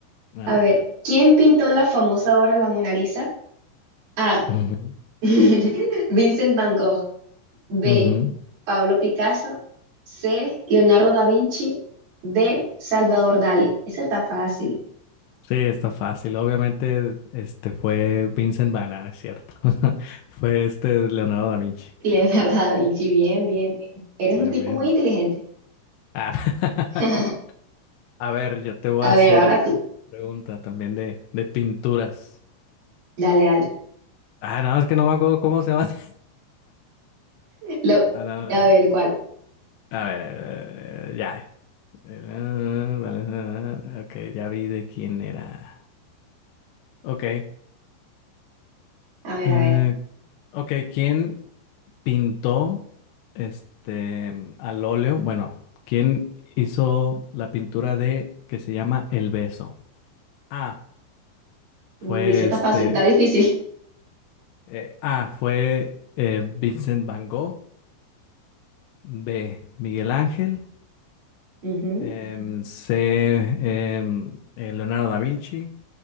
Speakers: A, on the left; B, on the right.
A: A
B: A
A: ver.
B: ver, ¿quién pintó la famosa obra La Mona Lisa? A.
A: Ujú.
B: <laughs> Vincent Van Gogh. B.
A: Ujú.
B: Pablo Picasso. C. Leonardo da Vinci. D. Salvador Dalí. Esa está fácil.
A: Sí, está fácil. Obviamente, este fue Vincent Van Gogh, es cierto. <laughs> Fue este Leonardo da Vinci.
B: <laughs> Leonardo da Vinci, bien, bien, bien. Eres
A: Bien,
B: un tipo
A: bien.
B: muy inteligente.
A: Ah.
B: <laughs>
A: <laughs> A ver, yo te voy
B: A
A: a hacer
B: ver, ahora tú.
A: pregunta también de, de pinturas.
B: Dale, dale.
A: Ah, nada más que no me acuerdo cómo se llama. <laughs>
B: Lo-
A: Ah, no,
B: a ver, ¿cuál?
A: A ver, eh, ya. Eh, vale, eh, Ok, ya vi de quién era. Ok.
B: A ver,
A: eh,
B: a ver.
A: ok, ¿quién pintó este al óleo? Bueno, ¿quién hizo la pintura de que se llama El Beso? A.
B: Uy,
A: Fue
B: esa está
A: este.
B: fácil, está difícil.
A: eh, A. Fue eh, Vincent Van Gogh. B. Miguel Ángel.
B: Ujú.
A: em, C. em, eh, Leonardo da Vinci.